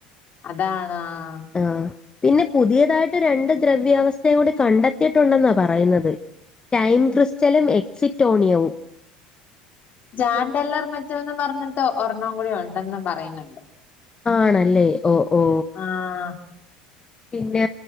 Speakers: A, on the left (about 40°); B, on the left (about 20°).
A: അതാണ് ആഹ്
B: ആഹ് പിന്നെ പുതിയതായിട്ട് രണ്ട് ദ്രവ്യവസ്ഥയും കൂടി കണ്ടെത്തിയിട്ടുണ്ടെന്നാ പറയുന്നത്. ടൈം ക്രിസ്റ്റലും, എക്സിറ്റോണിയവും.
A: ജാൻ ടെല്ലർ മെറ്റൽ ന്ന് പറഞ്ഞ്ട്ട് ഒരെണ്ണം കൂടി ഒണ്ടെന്ന് പറയ്ന്ന്ണ്ട്
B: ആണല്ലേ ഓ ഓ
A: ആഹ്
B: പിന്ന